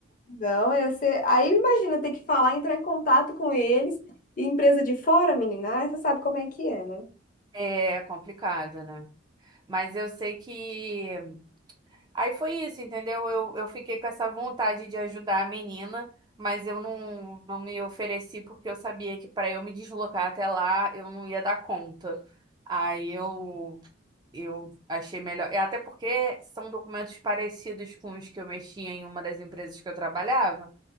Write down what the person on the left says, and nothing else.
Não, ia ser... Aí imagina ter que falar, entrar em contato com eles, e empresa de fora, menina, aí você sabe como é que é, né?